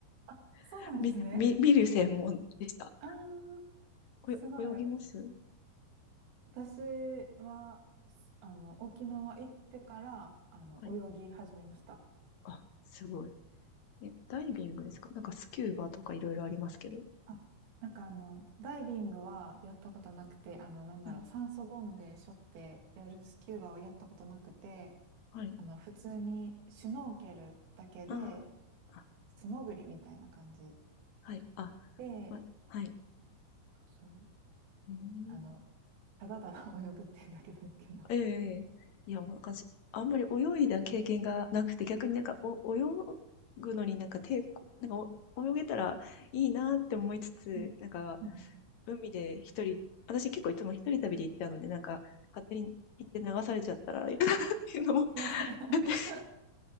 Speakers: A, on the right; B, on the left.
A: あ、そうなんですね。
B: <laughs> み、み、見る専門でした。
A: ああ、
B: およ、
A: すごい。
B: 泳ぎます
A: 私は、すあの、沖縄行ってから、あの、
B: はい。
A: 泳ぎ始めました。
B: あ、すごい。え、ダイビングですかなんかスキューバとかいろいろありますけど。
A: あなんかあの、ダイビングはやったことなくて、あの、なんだろう、
B: はい。
A: 酸素ボンベ背負ってやるスキューバをやったことなくて、
B: はい
A: あの、普通にシュノーケルだけで、
B: ああ、あ、
A: 素潜りみたいな感じ
B: はい、あ、
A: で、
B: わ、はい。
A: そう、
B: うーん。
A: あの、ただただ泳ぐっていうだけですけど。
B: ええ、ええ。いや、もうなんかす、あんまり泳いだ経験がなくて、逆になんか、お、泳ぐのになんか抵抗、なんかお、泳げたらいいなって思いつつ、
A: うん
B: なんか、
A: うん
B: 海で一人、私結構いつも一人旅で行ったので、なんか、勝手に行って流されちゃったらいいかなっていうのも
A: そう。
B: あって、
A: <laughs>